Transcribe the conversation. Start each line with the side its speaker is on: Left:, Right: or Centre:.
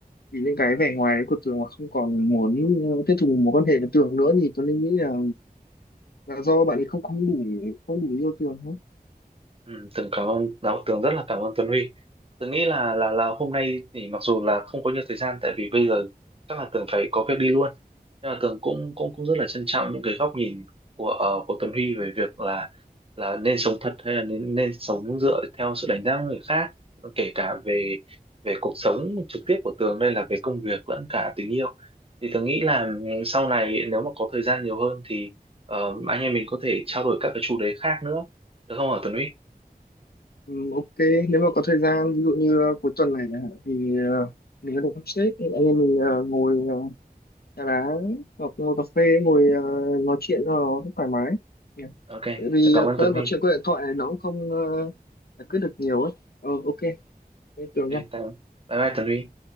Left: vì những cái vẻ ngoài đấy của Tường mà không còn muốn ờ, tiếp tục mối quan hệ với Tường nữa thì Tường nên nghĩ là là do bạn ấy không không đủ không đủ yêu Tường thôi
Right: Ừ, Tường cảm ơn đạo Tường rất là cảm ơn Tuấn Huy Tường nghĩ là là là hôm nay thì mặc dù là không có nhiều thời gian tại vì bây giờ chắc là Tường phải có việc đi luôn nhưng mà Tường cũng cũng cũng rất là trân trọng những cái góc nhìn của ờ, của Tuấn Huy về việc là là nên sống thật hay là nên nên sống dựa theo sự đánh giá của người khác kể cả về về cuộc sống trực tiếp của Tường đây là về công việc lẫn cả tình yêu thì Tường nghĩ là ừ, sau này nếu mà có thời gian nhiều hơn thì ờ, anh em mình có thể trao đổi các cái chủ đề khác nữa được không hả Tuấn Huy
Left: Ừ, ok nếu mà có thời gian ví dụ như ờ, cuối tuần này chẳng hạn thì ờ, mình có thể sắp xếp anh em mình ờ, ngồi uh, trà đá hoặc ngồi cà phê ngồi ờ, nói chuyện cho nó thoải mái Nhỉ?
Right: ok
Left: tại vì
Right: tớ cảm
Left: ờ,
Right: ơn
Left: tớ
Right: Tuấn
Left: nói
Right: Huy
Left: chuyện qua điện thoại này nó cũng không ờ, giải quyết được nhiều ấy ờ ok thế tưởng
Right: ok tạm, bye bye Tuấn Huy